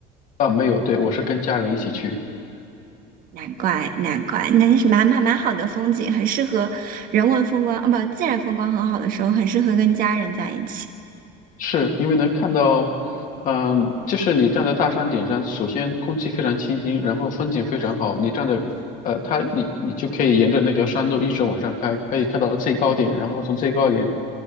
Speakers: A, on the left; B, on the right.
A: 啊，没有，对我是跟家人一起去。
B: 难怪，难怪，那是蛮蛮蛮好的风景，很适合人文风光，啊，不，自然风光很好的时候，很适合跟家人在一起。
A: 是因为能看到，嗯，就是你站在大山顶上，首先空气非常清新，然后风景非常好。你站在，呃，它你你就可以沿着那条山路一直往上开，可以看到最高点，然后从最高点，